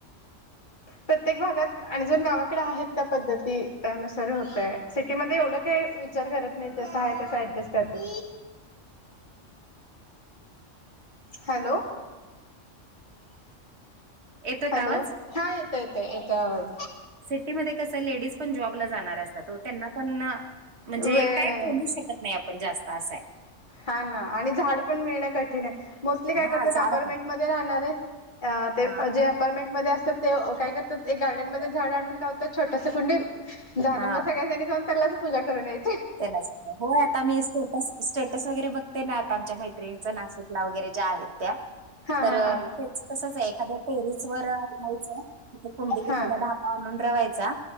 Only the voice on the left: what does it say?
प्रत्येक भागात. अजून गावाकडे आहेत त्या पद्धती. त्यानुसार होतय. सिटीमध्ये एवढं काही विचार करत नाही. जस आहे तस ऍडजस्ट करत्यात. हॅलो.
हॅलो.
हा येतो येतो. येतोय आवाज.
वेळ
नाही
हा ना. आणि झाड पण मिळणं कठीणे. मोस्टली काय
करतात.
अपारमेंट
मध्ये राहणारे अ ते
जे आप अपार्टमेंट मध्ये असतात ते काय करतात. एक गार्डन मध्ये झाड आणून लावतात छोटसं कुंडीत. झालं
मग सगळ्याजणी जाऊन त्यालाच पूजा करून यायची.
हा हा
हा
हा